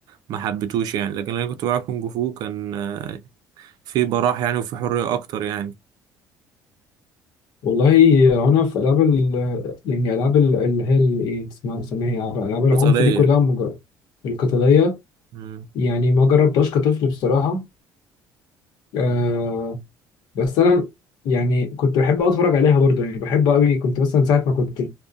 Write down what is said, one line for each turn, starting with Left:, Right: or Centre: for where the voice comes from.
Right: ما حبيتوش يعني لكن أنا كنت بلعب كونج فو كان آه، في براح يعني وفي حرية أكتر يعني
Left: والله أنا في ألعاب ال يعني ألعاب ال- اللي هي ال- إيه اسمها سميها إيه؟ ألعاب العنف
Right: قتالية
Left: دي كلها مج- القتالية
Right: مم،
Left: يعني ما جربتهاش كطفل بصراحة آه
Right: مم،
Left: بس أنا يعني كنت بحب أوي أتفرج عليها برضه يعني بحب أوي كنت مثلا ساعة ما كنت